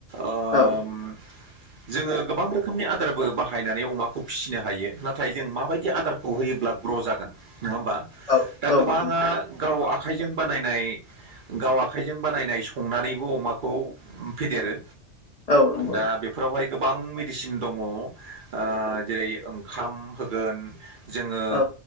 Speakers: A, on the right; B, on the left.
A: ओम
B: हागोन
A: जोङो गोबां रोखोमनि आदारबो बाहायनानै अमाखौ फिसिनो हायो नाथाय जों माबाय दि आदारखौ होयोब्ला ग्र' जागोन नङा होमबा
B: औ
A: दा
B: औ
A: गोबाङा
B: नंगौ
A: गाव आखाइजों बानायनाय गाव आखाइजों बानायनाय संनानैबो अमाखौ फेदेरो।
B: औ नंगौ
A: दा बेफ फोरावहाय गोबां मेडिसिन दङ ओ जेरै ओंखाम होगोन जोङो
B: औ